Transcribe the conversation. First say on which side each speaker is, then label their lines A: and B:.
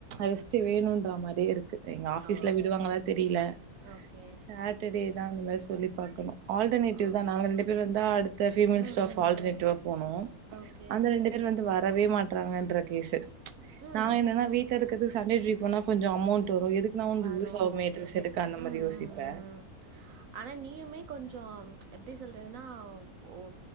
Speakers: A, on the right; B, on the right.
A: ரெஸ்ட்டு வேணும்ன்ற மாரியே இருக் எங்க ஆஃபீஸ்ல
B: ஓ
A: விடுவாங்களா தெரியல
B: ஓகே
A: சாட்டர்டே தா அந்த மாரி சொல்லி பாக்கணு அல்டெர்னரிவ்
B: ஓ
A: தா நாங்க ரெண்டு ரெண்டு பேரு வந்து அடுத்த பீமேல்
B: ம் ம்
A: ஸ்டாப் ஆல்டர்நேடிவ்வா
B: ம்
A: போனு
B: ஓகே
A: அந்த ரெண்டு வந்து வரவே மாட்டறாங்கன்ற கேசு
B: ம்
A: நா என்னன்னா வீட்ட இருக்கது சண்டே ட போன கொஞ்ச அமௌண்ட் வரு எதுக்குனா வந்து
B: வரு
A: யூஸ் ஆகுமே
B: ஓகே
A: எடுக்கு அந்த
B: ம்
A: மாரி யோசிப்பே
B: ம் ம் ம் ஆனா நீயு மே கொஞ்ச எப்டி சொல்றதுன்னா போ